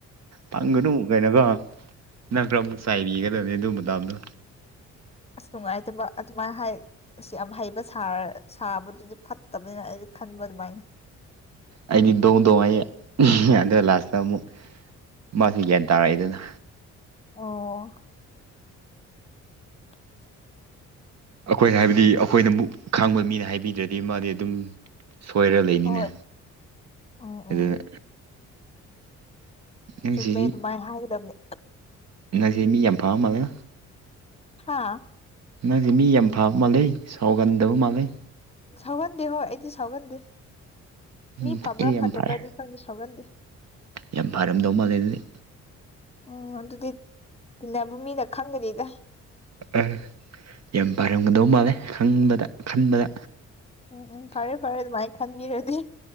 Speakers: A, on the right; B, on the left.
A: ꯐꯪꯒꯅꯨ ꯀꯩꯅꯣꯀꯣ ꯅꯪꯈ꯭ꯔ ꯑꯃꯨꯛ ꯆꯥꯏꯕꯤꯒꯗꯕꯅꯤ ꯑꯗꯨ ꯃꯇꯝꯗꯣ
B: ꯑꯁ ꯅꯨꯡꯉꯥꯏꯇꯕ ꯑꯗꯨꯃꯥꯏ ꯍꯥꯏ ꯑꯁ ꯌꯥꯝ ꯍꯩꯕ ꯁꯥꯕꯗꯨꯗꯤ ꯐꯠꯇꯕꯅꯤꯅ ꯑꯩꯗꯤ ꯈꯟꯕ ꯑꯗꯨꯃꯥꯏꯅ
A: ꯑꯩꯗꯤ ꯗꯣꯡ ꯗꯣꯡ ꯍꯥꯥꯏꯌꯦ ꯑꯗꯨ ꯂꯥꯁꯇ ꯑꯃꯨꯛ ꯃꯥꯁꯨ ꯒ꯭ꯌꯥꯟ ꯇꯥꯔꯛꯏꯗꯅ
B: ꯑꯣ <unintelligible>
A: ꯑꯩꯈꯣꯏꯅ ꯍꯥꯏꯕꯗꯤ ꯑꯩꯈꯣꯏꯅ ꯑꯃꯨꯛ ꯈꯪꯕ ꯃꯤꯅ ꯍꯥꯏꯕꯤꯗ꯭ꯔꯗꯤ ꯃꯥꯗꯤ ꯑꯗꯨꯝ ꯁꯣꯏꯔ ꯂꯩꯅꯤꯅꯦ
B: ꯍꯣꯏ ꯎꯝ ꯎꯝ
A: ꯑꯗꯨꯅ ꯅꯪꯁꯤꯗꯤ
B: ꯆꯨꯝꯃꯦ ꯑꯗꯨꯃꯥꯏ ꯍꯥꯏꯒꯗꯕꯅꯤ
A: ꯅꯪꯁꯦ ꯃꯤ ꯌꯥꯝ ꯐꯥꯝ ꯃꯥꯂ
B: ꯍꯥꯥ
A: ꯅꯪꯁꯦ ꯃꯤ ꯌꯥꯝ ꯐꯥꯕ ꯃꯥꯂꯩ ꯁꯥꯎꯒꯟꯗꯕ ꯃꯥꯜꯂꯤꯩ
B: ꯁꯥꯎꯒꯟꯗꯦ ꯍꯣ ꯑꯩꯗꯤ ꯁꯥꯎꯒꯟꯗꯦ
A: ꯎꯝ
B: ꯃꯤ ꯐꯕ꯭ꯔꯥ
A: ꯑꯩ ꯌꯥꯝ
B: ꯐꯠꯇꯕ꯭ꯔꯗꯤ
A: ꯐꯔꯦ
B: ꯈꯪꯗꯦ ꯁꯥꯎꯒꯟꯗꯦ
A: ꯌꯥꯝ ꯐꯔꯝꯗꯧ ꯃꯥꯜꯂꯦ ꯑꯗꯨꯗꯤ
B: ꯑꯣ ꯑꯗꯨꯗꯤ ꯇꯤꯟꯅꯕ ꯃꯤꯅ ꯈꯪꯒꯅꯤꯗ
A: ꯑ ꯌꯥꯝ ꯄꯥꯔꯝꯒꯗꯧ ꯃꯥꯜꯂꯦ ꯍꯪꯕꯗ ꯈꯟꯕꯗ
B: ꯎꯝ ꯎꯝ ꯐꯔꯦ ꯐꯔꯦ ꯑꯗꯨ ꯃꯥꯏ ꯈꯟꯕꯤꯔꯗꯤ